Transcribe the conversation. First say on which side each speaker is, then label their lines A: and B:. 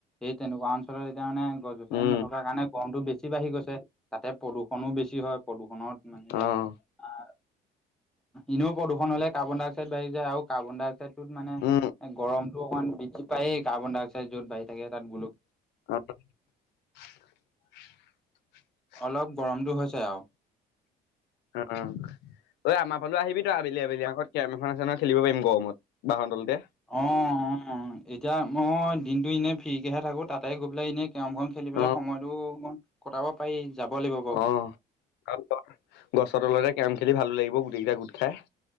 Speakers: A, in the centre; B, on the left.
A: এই তেনেকুৱা অঞ্চলত এতিয়া মানে গছ গছনি
B: উম।
A: নথকাৰ কাৰণে গৰমটো বেছি বাঢ়ি গৈছে, তাতে প্ৰদূষণো বেছি হয়। প্ৰদূৰষণত মানে এতিয়া
B: অ',
A: আহ এনেও প্ৰদূষণ হলে কাৰ্বন ডাই অক্সাইড বাঢ়ি যায় আৰু কাৰ্বন ডাই অক্সাইডটোত মানে এ
B: উম,
A: গৰমটো অকমান বৃদ্ধি পায়েই কাৰ্বন ডাই অক্সাইড যত বাহি থাকে তাত গোল
B: <unintelligible>
A: অলপ গৰমটো হৈছে আও।
B: উম উম। ঐ আমাৰ ফালেও আহিবি তই আবেলি আবেলি আগত কেৰাম এখন আছে নহ খেলিব পাৰিম গৰমত বাহৰ তলতে।
A: অঁহ অঁহ এতিয়া মই দিনটো এনেই ফ্ৰী কেহে থাকো তাতে গৈ পেলাই এনে কেৰমখন খেলি পেলাই
B: অ',
A: সময়টো অকণ কটাব পাৰি, যাব লাগিব বাৰু।
B: অ'। <unintelligible> গছৰ তলতে কেৰম খেলি ভালো লাগিব গোটেইকেইটা গোট খাই।